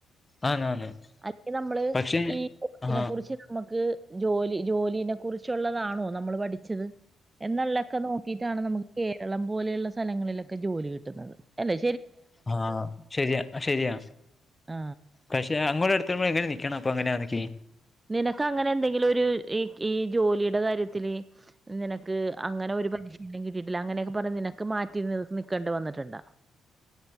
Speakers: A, on the left; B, on the right.
A: ആന്നാന്ന്
B: അല്ലെങ്കിൽ നമ്മള്
A: പക്ഷെ
B: ഈ <unintelligible>
A: ആ
B: കുറിച്ച് നമുക്ക് ജോലി ജോലിനെ കുറിച്ചുള്ളതാണോ നമ്മൾ പഠിച്ചത് എന്നുള്ളൊക്കെ നോക്കിയിട്ടാണ് നമുക്കെ കേരളം പോലെയുള്ള സ്ഥലങ്ങളിലൊക്കെ ജോലി കിട്ടുന്നത് അല്ലെ
A: ആഹ് ശരിയാ ശരിയാ
B: ആ.
A: പക്ഷെ അങ്ങോട്ട് എടുത്ത നമ്മള് എങ്ങനെ നി ക്കണം അപ്പൊ അങ്ങനെ ആണെങ്കി
B: നിനക്ക് അങ്ങനെ എന്തെങ്കിലും ഒരു ഈ ഈ ജോലിയുടെ കാര്യത്തില് നിന ക്ക് അങ്ങനെ ഒരു പശ് ഒന്നും കിട്ടിയിട്ടില്ല അങ്ങനെയൊക്കെ പറഞ്ഞ് നിനക്ക് മാറ്റി നിക്കേണ്ട് വന്നിട്ടുണ്ടാ